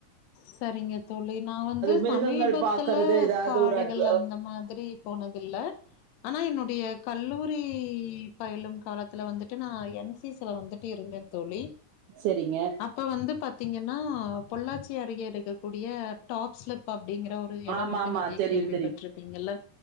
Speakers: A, on the left (about 75°); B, on the right (about 85°).
A: செரிங்க தோழி நா வந்து
B: மிருகங்கள்
A: சமீபத்துல
B: பாக்குறது ஏதாவது
A: காடுகள்
B: ஒரு அட்
A: அந்த மாதிரி போனதில்ல ஆனா என்னோட டிய கல்லூரி பயிலும் காலத்துல வந்துட்டு நா என்சிசில வந்துட்டு இருந்தே தோழி
B: செரிங்க
A: அப்ப வந்து பாத்தீங்கன்னா பொள்ளாச் சி அருகே இருக்கக்கூடிய டாப் ஸ்லிப் அப் டிங்கிற ஒரு எடம்
B: ஆமா
A: வந்து
B: ஆமா
A: நீங்க
B: தெரியு
A: கேள்விப்பட்ருப்பீங்கல்ல
B: தெரியு